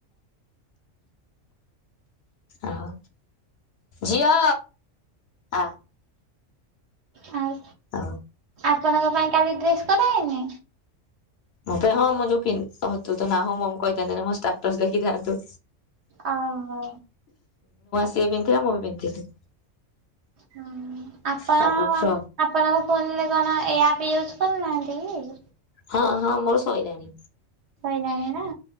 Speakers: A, on the left; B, on the right.
A: ଆଉ ଝିଅ ଆ
B: ହଉ।
A: ଆଉ।
B: ଆପଣଙ୍କ ପାଇଁ କାଲି ଡ୍ରେସ୍ କରାହେଇନି?
A: ମୋ ପାଇଁ ହଁ ମୁଁ ଯୋଉ ପି ଓ ହ ତୁ ତ ନାହୁଁ, ମୁଁ କହିଥାନ୍ତି ମୋ ଷ୍ଟାଟସ୍ ଦେଖିଥାନ୍ତୁ।
B: ଆ ହ।
A: ସେ ପିନ୍ଧିଥିଲା, ମୁଁ ବି ପିନ୍ଧିଥିଲି।
B: ହଁ ଆପଣ
A: ତାପରେ ଫ୍ର
B: ଆପଣଙ୍କ ଫୋନରେ କଣ ଏ ଆପ ପିକୁଲ ନାହାନ୍ତି କି?
A: ହଁ ହଁ ମୋର ସଇଲାଣି।
B: ସଇଲାଣି ନା?